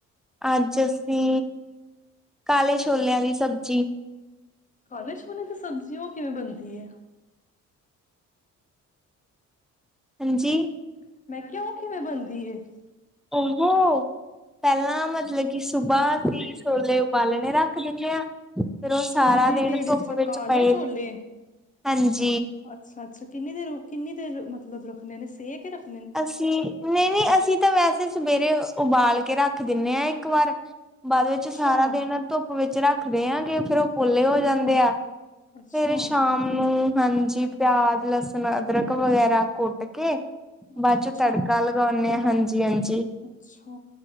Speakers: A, in the centre; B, on the left.
A: ਅੱਜ ਅਸੀ ਕਾਲੇ ਛੋਲਿਆਂ ਦੀ ਸਬਜ਼ੀ
B: ਕਾਲੇ ਛੋਲਿਆਂ ਦੀ ਸਬਜ਼ੀ। ਉਹ ਕਿਵੇਂ ਬਣਦੀ ਏ?
A: ਹਾਂਜੀ,
B: ਅੱਛਾ। ਮੈਂ ਕਿਹਾ ਉਹ ਕਿਵੇਂ ਬਣਦੀ ਏ?
A: ਉਹ ਪਹਿਲਾਂ ਮਤਲਬ ਕਿ ਸੁਬਹ ਅਸੀ ਛੋਲੇ ਉਬਾਲਣੇ ਰੱਖ ਦੇਂਦੇ ਆ। ਫਿਰ ਉਹ ਸਾਰਾ
B: ਛੋਲੇ
A: ਦਿਨ
B: ਕਿਹੜੇ?
A: ਧੁੱਪ
B: ਅੱਛਾ,
A: ਵਿੱਚ
B: ਕਾਲੇ
A: ਪਏ
B: ਛੋਲੇ।
A: ਹਾਂਜੀ।
B: ਅੱਛਾ ਅੱਛਾ। ਕਿੰਨੀ ਦੇਰ ਕਿੰਨੀ ਦੇਰ ਮਤਲਬ ਰੱਖਣੇ ਨੇ ਸੇਕੇ ਰੱਖ
A: ਅਸੀ ਨਹੀਂ ਨਹੀਂ ਅਸੀਂ ਤਾਂ ਵੈਸੇ ਸਵੇਰੇ ਉਬਾਲ ਕੇ ਰੱਖ ਰੱਖ ਦਿਨੇ ਆ ਇੱਕ ਵਾਰ ਬਾਅਦ ਵਿੱਚ
B: ਅੱਛਾ
A: ਸਾਰਾ ਦਿਨ ਧੁੱਪ ਵਿੱਚ ਰੱਖ ਦੇ ਆਂਗੇ। ਫੇਰ ਉਹ ਪੋਲੇ ਹੋ ਜਾਂਦੇ ਆ। ਫੇਰ
B: ਅੱਛਾ
A: ਸ਼ਾਮ ਨੂੰ ਹਾਂਜੀ, ਪਿਆਜ, ਲੱਸਣ, ਅਦਰਕ ਵਗੈਰਾ ਕੁੱਟ ਕੇ
B: ਅੱਛਾ
A: ਬਾਦ 'ਚੋਂ
B: ਅੱਛਾ
A: ਤੜਕਾ ਲਗਾਉਣੇ ਹਾਂ, ਹਾਂਜੀ। ਜੀ ਆਇਆਂ ਨੂੰ। <unintelligible>
B: ਅੱਛਾ,